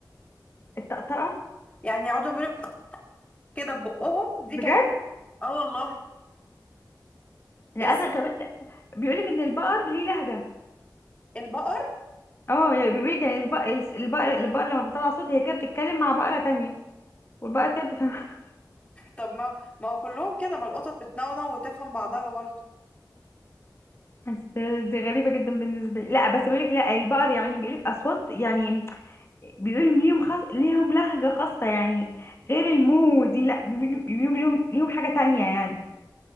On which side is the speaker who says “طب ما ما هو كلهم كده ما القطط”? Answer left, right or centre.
Left